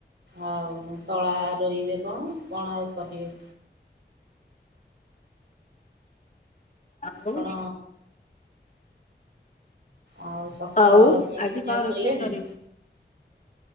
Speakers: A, on the right (about 75°); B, on the left (about 40°).
A: ଆଉ ତଳା ରୋଇବେ କଣ କଣ ଆଉ କରିବେ?
B: ଆଉ
A: କଣ ଆଉ ସକାଳ
B: ଆଉ
A: ଜଳଖିଆ
B: ଆଜି କଣ ରୋଷେଇ
A: ଖାଇଲେଣି?
B: କରିବେ?